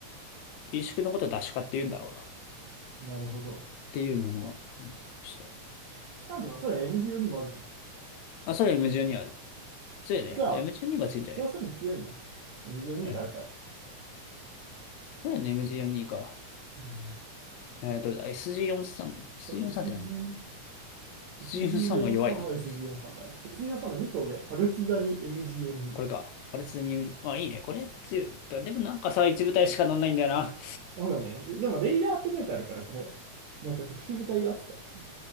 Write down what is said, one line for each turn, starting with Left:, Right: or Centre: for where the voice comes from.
Left: T 宿のことはダシカって言うんだろうな。っ
Right: なるほど。
Left: ていうのを、
Right: あ、
Left: ちょっと。
Right: なんだ、それ M12 もあるじゃん。
Left: あ、それ m M12 ある。強いね。
Right: じゃあ、
Left: じゃあ M12 が強いんじゃね
Right: それはさらに強いね。M12
Left: えはい
Right: があるから。
Left: それはね M12 か。
Right: うん、
Left: えー、どれだ ?SG43。SG43
Right: そう
Left: って何
Right: SG、
Left: ?SG43
Right: SG43
Left: は弱いな。
Right: は SG43 だね。SG43 の2個上、パルチザに MG42。
Left: これか。パルツに、あ、いいね。これ強い。でもなんかさ、一部隊しか乗んないんだよな。
Right: そうだね。で、でも、レイダーって書いてあるから、これ。なんか特殊部隊扱いかな。